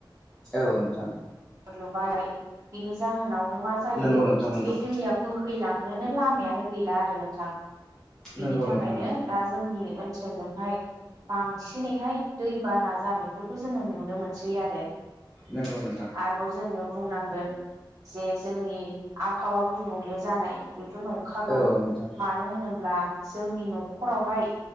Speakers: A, in the centre; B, on the right (about 45°).
A: औ नोंथां।
B: लुबाय बिनि जाहोनावनो मा जायो,
A: नंगौ नोंथां नंगौ
B: बे दैया बोहैलां नोनो लामायानो गैला आरो नोंथां। बिनि
A: नंगौ
B: थाखायनो
A: नोंथां नंगौ
B: दा जोंनि ओनसोलजोंहाय बांसिनैहाय दैबाना जानायफोरखौ जोङो नुनो मोनसै आरो।
A: नंगौ नों
B: आरोबाव जोङो बुंनांगोन जे जोंनि आबहावा गुबुंले जानाय बेथ' नंखागौ
A: औ नोंथां
B: मानो होनोब्ला जोंनि न'खरावहाय